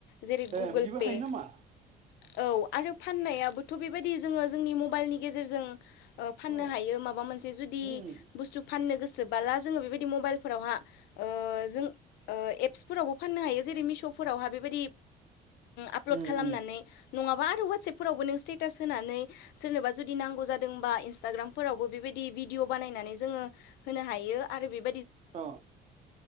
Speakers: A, on the left (about 80°); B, on the right (about 45°).
A: जेरै गुगोल
B: ए बिदिबो
A: पे
B: हायो नामा?
A: औ आरो फाननायाबोथ बेबायदि जोङो जोंनि मबाइलनि गेजेरजों ओ फाननो
B: अ
A: हायो माबा मोनसे जुदि
B: उम
A: बुसथु फाननो गोसोबाला जों बेबिदि मबाइलफोरावहा ओ‌ जोङो ओ एप्सफोरावबो फाननो‌‌ हायोे मिस सफोरावहा बेबायदि आपलड
B: उम
A: खालामनानै
B: उम
A: नङाबा वाटसेपफोरावबो नों स्टेटास होनानै सोरनोबा जुदि नांगौ जादोंबा ग्राम फोरावबो बेबायदि भिडिअ बानायनानै जोङो होनो हायो आरो बेफो
B: अ